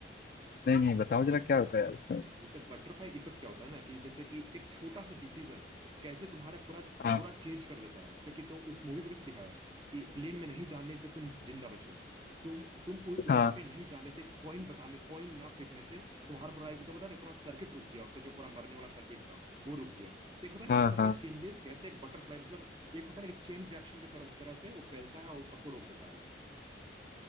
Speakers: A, on the left (about 50°); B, on the right (about 25°).
A: नहीं नहीं बताओ जरा क्या होता है यार इसमें
B: जैसे बटरफ्लाई इफेक्ट क्या होता है ना कि जैसे कि एक छोटा सा डिसीजन कैसे तुम्हारा पूरा
A: हाँ
B: पूरा चेंज कर देता है जैसे कि तुम उस मूवी में कैसे दिखाया है कि प्लेन में नहीं जाने से तुम जिंदा बच गए तुम तुम उ-
A: हाँ
B: वहां पे नहीं जाने से कॉइन बचाने कॉइन ना फेंकने से तुम्हारा पूरा एकदम पता नहीं पूरा सर्किट रुक गया उसका जो पूरा मरने वाला सर्किट था वो रुक गया तो एक होता है ना
A: हाँ
B: छोटा छोटा
A: हाँ
B: चेंजेस कैसे एक बटरफ्लाई मतलब एक होता है ना कि चेन रिएक्शन की तरह तरह से वो फैलता है और सबको रोक देता है वो